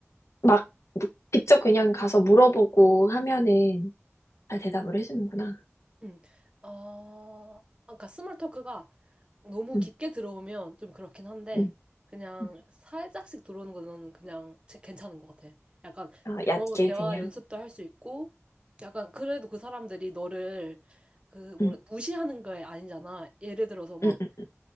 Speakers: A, on the left; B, on the right.
A: 막 직접 그냥 가서 물어보고 하면은 다 대답을 해주는구나.
B: 음 어, 아, 아까 스몰 토크가 너무
A: 응
B: 깊게 들어오면 좀 그렇긴 한데
A: 응
B: 그냥
A: 응
B: 살짝씩 들어오는 거는 그냥 제- 괜찮은 것 같아. 약간
A: 아 얕게
B: 영어 대화
A: 그냥.
B: 연습도 할 수 있고 약간 그래도 그 사람들이 너를 그 뭐
A: 응
B: 무시하는 게 아니잖아. 예를 들어서 막
A: 응 응